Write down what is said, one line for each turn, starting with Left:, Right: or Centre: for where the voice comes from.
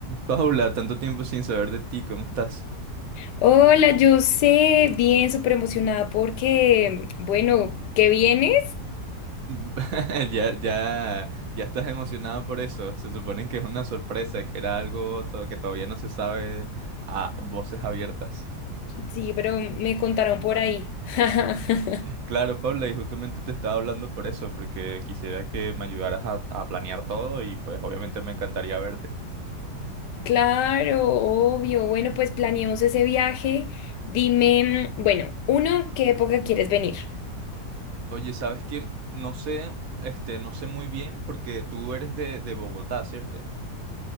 Right: Paula, tanto tiempo sin saber de ti, ¿cómo estás?
Left: Hola, yo sé, bien, súper emocionada porque, bueno, ¿qué vienes?
Right: <laughs> Ya, ya, ya estás emocionada por eso. Se supone que es una sorpresa, que era algo to- que todavía no se sabe a voces abiertas.
Left: Sí, pero me contaron por ahí. <laughs>
Right: Claro, Paula, y justamente te estaba hablando por eso, porque quisiera que me ayudaras a, a planear todo y pues obviamente me encantaría verte.
Left: Claro, obvio. Bueno, pues planeemos ese viaje. Dime, mm, bueno, uno, ¿qué época quieres venir?
Right: Oye, ¿sabes qué? No sé, este, no sé muy bien porque tú eres de, de Bogotá, ¿cierto?